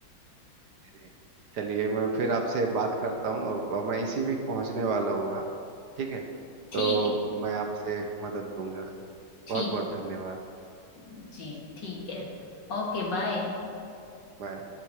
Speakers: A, on the right (about 60°); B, on the left (about 55°).
A: जी। चलिए मैं फिर आपसे बात करता हूँ और और मैं इसी वीक पहुँचने वाला हूँ हाँ ठीक है
B: ठीक
A: तो
B: है
A: मैं आपसे मदद लूंगा
B: ठीक
A: बहुत बहुत धन्यवाद
B: जी ठीक है Okay bye
A: बाय